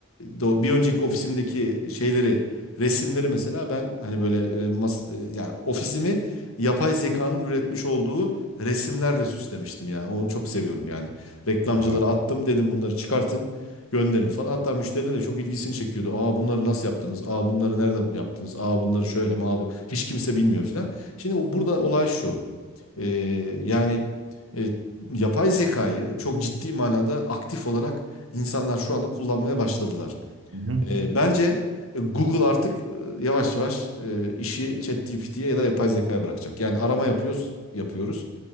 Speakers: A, on the left; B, on the right.
A: do- bir önceki ofisimdeki şeyleri resimleri mesela ben hani böyle e, mas, e, yani ofisimi yapay zekanın üretmiş olduğu resimlerle süslemiştim yani onu çok seviyorum yani reklamcılara
B: Vay.
A: attım dedim bunları çıkartın gönderin falan. Hatta müşteriler de çok ilgisini çekiyordu. Aa bunları nasıl yaptınız? Aa bunları nerede yaptınız? Aa bunları şöyle mi? Aa bu... Hiç kimse bilmiyor falan. Şimdi o- burada olay şu. Ee, yani e, yapay zekayı çok ciddi manada aktif olarak insanlar şu anda kullanmaya başladılar.
B: Hı hı.
A: Ee, bence e, Google artık e, yavaş yavaş e, işi ChatGPT'ye ya da yapay zekaya bırakacak. Yani arama yapıyoruz, yapıyoruz.